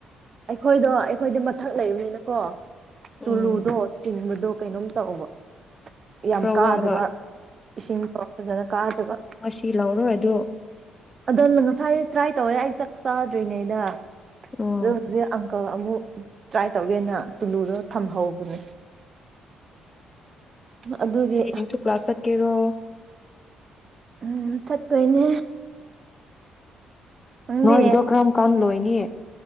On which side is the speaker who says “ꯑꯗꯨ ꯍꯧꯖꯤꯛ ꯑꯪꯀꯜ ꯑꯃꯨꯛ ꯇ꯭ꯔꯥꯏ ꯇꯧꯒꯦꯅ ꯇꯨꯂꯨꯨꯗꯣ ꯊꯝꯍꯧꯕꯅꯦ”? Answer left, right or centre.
Right